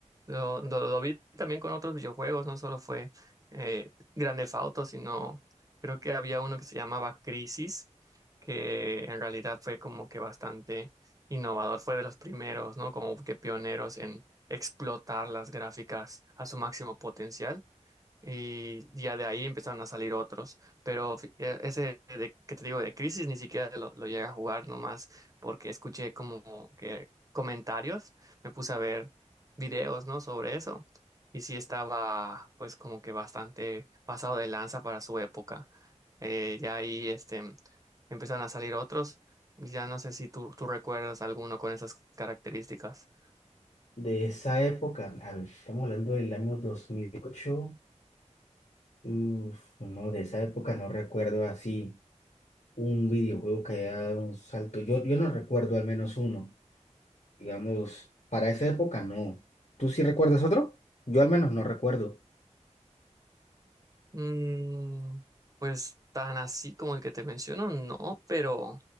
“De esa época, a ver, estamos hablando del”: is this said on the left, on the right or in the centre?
Left